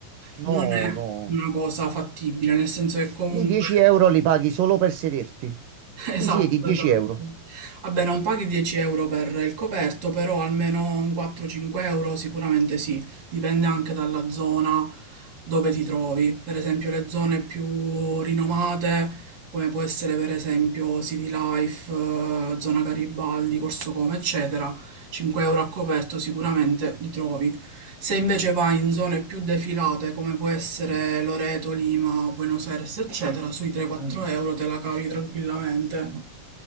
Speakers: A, on the right (about 80°); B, on the right (about 35°).
A: no,
B: non è
A: no,
B: una cosa fattibile, nel senso che comunque
A: lì 10 euro li paghi solo per sederti.
B: <laughs> Esatto,
A: Ti siedi 10
B: esatto.
A: euro.
B: Vabbè, non paghi 10 euro per il coperto, però almeno un 4-5 euro sicuramente sì, dipende anche dalla zona dove ti trovi. Per esempio, le zone più rinomate, come può essere per esempio City Life, eh, zona Garibaldi, Corso Come, eccetera, cinque euro a coperto sicuramente li trovi. Se invece vai in zone più defilate, come può essere Loreto, Lima, Buenos Aires, eccetera, sui 3-4 euro te la cavi tranquillamente.